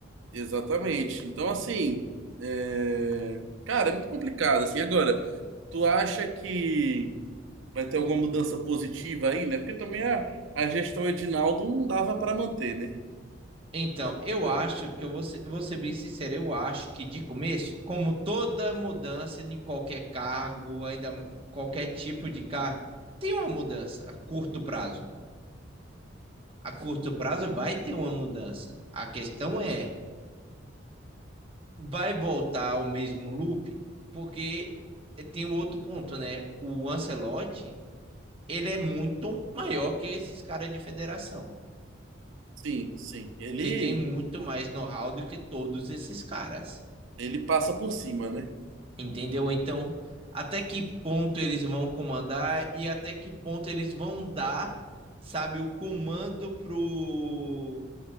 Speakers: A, on the right; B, on the right.
A: Exatamente. Então, assim, é, cara, é muito complicado, assim. Agora, tu acha que vai ter alguma mudança positiva aí, né? Porque também a, a gestão Edinaldo não dava para manter, né?
B: Então, eu acho que eu vou ser, vou ser bem sincero, eu acho que de começo, como toda mudança em qualquer cargo, ainda qualquer tipo de cargo, tem uma mudança a curto prazo. a curto prazo vai ter uma mudança. A questão é, vai voltar ao mesmo loop? Porque tem um outro ponto, né? O Ancelotti, ele é muito maior que esses caras de federação.
A: Sim, sim. Ele,
B: Ele tem muito mais know-how do que todos esses caras.
A: ele passa por cima, né?
B: Entendeu? Então, até que ponto eles vão comandar e até que ponto eles vão dar, sabe, o comando pro,